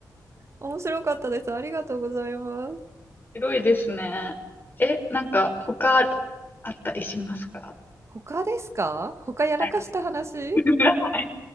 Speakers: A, on the right; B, on the left.
A: 面白かったです。ありがとうございます。
B: 広いですね。え、なんか他あったりしますか
A: 他ですか他やらかした話
B: はい。<laughs> はい